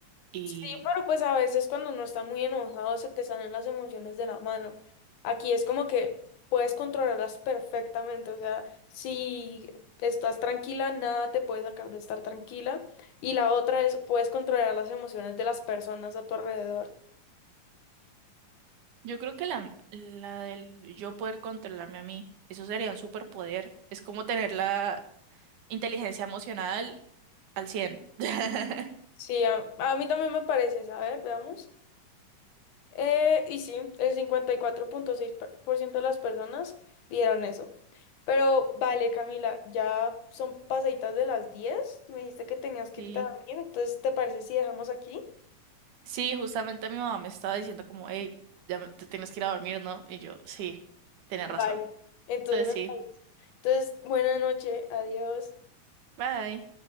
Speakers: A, on the right; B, on the left.
A: y,
B: Sí, pero pues a veces cuando uno está muy enojado se te salen las emociones de la mano. Aquí es como que puedes controlarlas perfectamente, o sea, si estás tranquila, nada te puede sacar de estar tranquila. Y la otra es, puedes controlar las emociones de las personas a tu alrededor.
A: Yo creo que la, la del yo poder controlarme a mí, eso sería un superpoder. Es como tener la inteligencia emocional al cien <laughs>
B: Sí, a, a mí también me parece, a ver, veamos. Eh, y sí, el cincuenta y cuatro punto seis por ciento de las personas vieron eso. Pero vale, Camila, ya son pasaditas de las diez Me dijiste que tenías que
A: Sí,
B: ir también. Entonces, ¿te parece si dejamos aquí?
A: sí, justamente mi mamá me estaba diciendo como, hey, ya me- te tienes que ir a dormir, ¿no? Y yo, sí, tienes
B: Vale.
A: razón.
B: Entonces
A: Entonces
B: me
A: sí,
B: parece. Entonces, buena noche. Adiós.
A: bye.